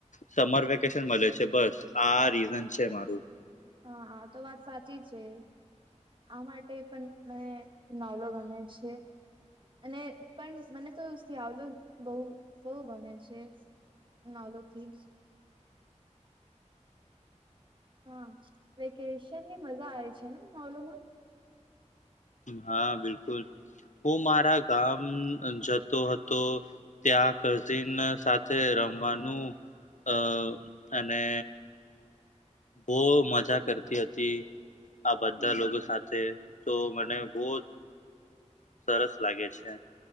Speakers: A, on the left; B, on the right.
A: સમર વેકેશન મળે છે બસ આ રીઝન છે મારું.
B: હા આ તો વાત સાચી છે આ માટે પણ મને ઉનાલો ગમે છે. અને પણ મને તો શિયાવલો બવ બવ ગમે છે. નાલોથીજ હા વેકેશનની મજા આવે છે ને ઉનાલોમાં
A: હા બિલકુલ. હું મારા ગામ જતો હતો ત્યાં કઝિન સાથે રમવાનું અ અને બો મજા કરતી હતી આ બધા
B: હમ
A: લોકો સાથે. તો મને બો સરસ લાગે છે.